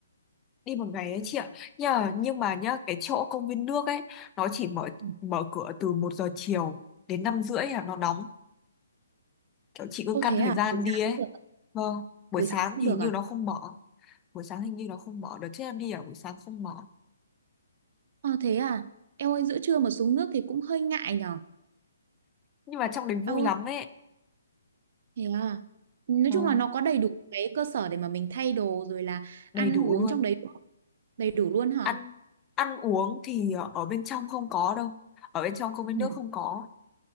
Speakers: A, on the left (about 15°); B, on the right (about 40°).
A: đi một ngày ấy chị ạ nhờ nhưng mà nhá cái chỗ công viên nước ấy nó chỉ mở
B: Ừ.
A: mở cửa từ một giờ chiều đến năm rưỡi là nó đóng kiểu chị cứ
B: Ô
A: căn
B: thế
A: thời
B: à?
A: gian
B: Buổi
A: đi
B: sáng
A: ấy
B: cũng được.
A: vâng buổi
B: Buổi
A: sáng
B: sáng cũng
A: thì
B: được
A: hình như
B: à?
A: nó không mở buổi sáng hình như nó không mở đợt trước em đi ở buổi sáng không mở
B: Ờ thế à, eo ơi giữa trưa mà xuống nước thì cũng hơi ngại nhở.
A: nhưng mà trong đấy vui
B: Eo
A: lắm
B: ơi,
A: ấy
B: thế à. Nói
A: Vâng,
B: chung là nó có đầy đủ cái cơ sở để mà mình thay đồ rồi là
A: đầy
B: ăn
A: đủ
B: uống
A: luôn
B: trong đấy đầy đủ luôn hả?
A: ăn ăn uống thì ở bên trong không có đâu ở bên trong không bên
B: Ừ,
A: nước không có